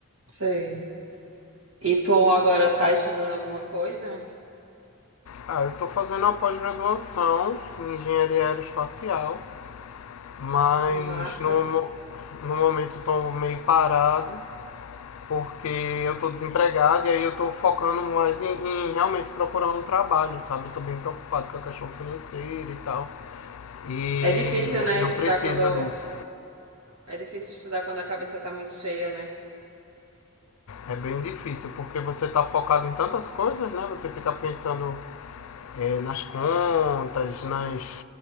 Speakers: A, on the right; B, on the left.
A: sei. E tu agora tá estudando alguma coisa?
B: Ah, eu estou fazendo uma pós-graduação em engenharia aeroespacial, mas
A: Que massa.
B: no, no momento estou meio parado porque eu tô desempregado e aí eu tô focando mais em, em realmente procurar um trabalho, sabe? Eu tô bem preocupado com a questão financeira e tal. E
A: É difícil, né,
B: aí eu
A: estudar
B: preciso
A: quando
B: disso.
A: é difícil estudar quando a cabeça tá muito cheia, né?
B: É bem difícil, porque você tá focado em tantas coisas, né? Você fica pensando eh, nas contas, nas,